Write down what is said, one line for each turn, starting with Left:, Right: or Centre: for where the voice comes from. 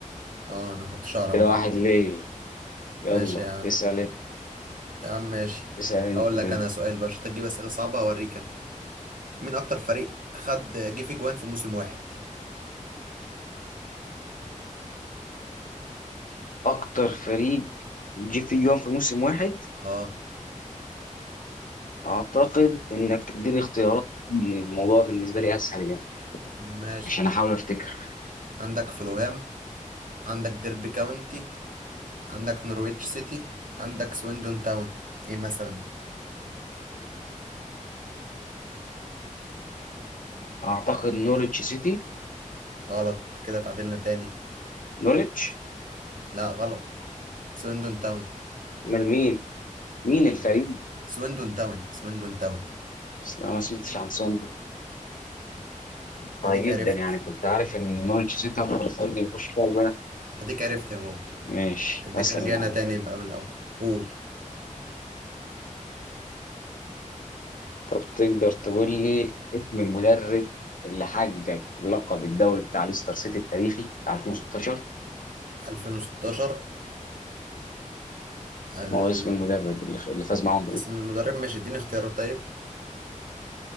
Right: اه انا ما كنتش اعرف
Left: كده
Right: بقى
Left: واحد ليه يلا
Right: ماشي يا عم
Left: اسال انت
Right: يا عم ماشي
Left: اسال انت
Right: هقول لك
Left: كده
Right: انا سؤال بقى عشان تجيب اسئله صعبه اوريك انا مين اكتر فريق خد جه في جوان في موسم واحد
Left: اكتر فريق جه فيه جون في موسم واحد
Right: اه
Left: اعتقد انك تديني اختيارات الموضوع بالنسبه لي اسهل يعني
Right: ماشي
Left: عشان احاول افتكر
Right: عندك فلوهام عندك ديربي كاونتي عندك نورويتش سيتي عندك سويندون تاون ايه مثلا
Left: اعتقد نوريتش سيتي
Right: غلط كده تعادلنا تاني
Left: نوريتش
Right: لا غلط سويندون تاون
Left: من مين مين الفريق
Right: سويندون تاون سويندون تاون
Left: أصل انا ما سمعتش عن سون طيب
Right: هديك
Left: جدا
Right: عرفت
Left: يعني كنت عارف ان نورتش سيتي اكتر فريق بيخش فيها جوان
Right: هديك عرفت يا بابا
Left: ماشي
Right: هديك
Left: هسأل
Right: رجعنا
Left: انا يا عم.
Right: تاني يبقى من الاول قول
Left: طب تقدر تقول لي اسم المدرب اللي حقق لقب الدوري بتاع ليستر سيتي التاريخي بتاع 2016
Right: 2016 ال...
Left: ما هو اسم المدرب اللي اللي فاز معاهم بالبطولة
Right: اسم المدرب ماشي اديني اختيارات طيب